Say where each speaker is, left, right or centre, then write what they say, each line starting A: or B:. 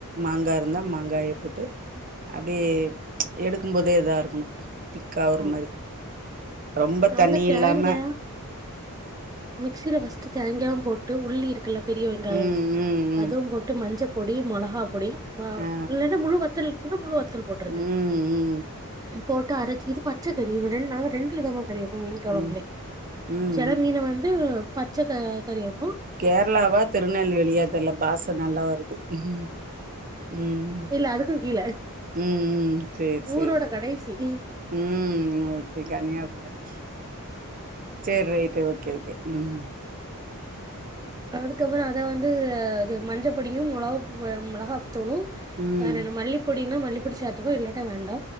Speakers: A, on the right; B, on the right.
A: மாங்கா இருந்தா மாங்காய போட்டு அப்படிய எடுக்கு போதே இதா இருக்கணு திக்கா அந்த
B: ஓ
A: மாரி ரொம்ப
B: நாங்க
A: தண்ணி
B: தேங்கா
A: இல்லாம
B: மிக்சில ஃபஸ்ட் தோயங்கால போட்டு உள்ளி இருக்கு ல்ல பெரிய வெங்காயோ
A: ம் ம் ம்
B: அதுவும் போட்டு மஞ்ச பொடி மொளகா பொடி வ
A: ஆ
B: இல்லன்னா முழு வ <unintelligible> தல் போட்றது
A: ம் ம்
B: போட்டு அரைச்சு இது பச்சைக்கறி நாங்க ரெண்டு விதமா செரியப்ப மீன் கொழம்புலே
A: ம் ம் ம்
B: சில மீன வந்து அ பச்ச க கறி வ
A: கேரளாவா திருநெல்வேலியா தெல்ல பாச நல்லா வருது உம் உம்
B: இல்ல அதுக்கு கீழ
A: உம் செரி செரி
B: ஊரோட கடைசி
A: உம் ஓகே கன்னியாகுமரி செரி ரைட்டு ஓகே ஓகே உம்
B: அதுக்கப்புறோ அத வந்து இது மஞ்ச பொடியும் மொளக மிளகா தோணு
A: ம்
B: வேற என்ன மல்லிப்பொடி ன்னா மல்லிபடிசாத்தப்ப இல்லாட்ட வேண்டா